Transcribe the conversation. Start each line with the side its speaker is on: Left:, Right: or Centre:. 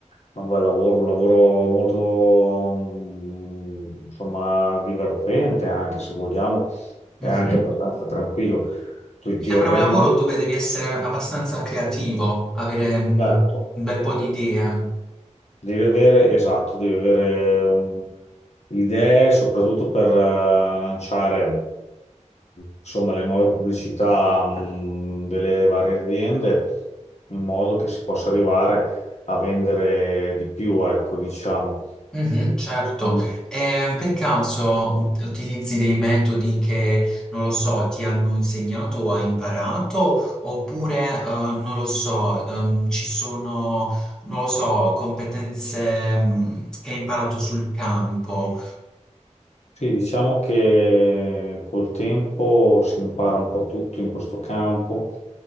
Left: è un bel lavoro, un lavoro molto, mm, insomma, divertente anche se vogliamo, è
Centre: Mhm.
Left: anche abbastanza tranquillo. Tu
Centre: Mi
Left: ti
Centre: sembra
Left: organizzi,
Centre: un lavoro dove devi essere abbastanza creativo, avere mm,
Left: certo.
Centre: un bel po' di idee.
Left: Devi avere, esatto, devi avere un- idee soprattutto per eh, lanciare insomma, le nuove pubblicità mh, delle varie aziende in modo che si possa arrivare a vendere di più, ecco, diciamo.
Centre: Mhm, certo,
Left: Eh,
Centre: Eh, per caso ut- utilizzi dei metodi che, non lo so, ti hanno insegnato o hai imparato, oppure, eh, non lo so, ehm, ci sono, non lo so, competenze, mm, che hai imparato sul campo.
Left: Sì, diciamo che col tempo si impara un po' tutto in questo campo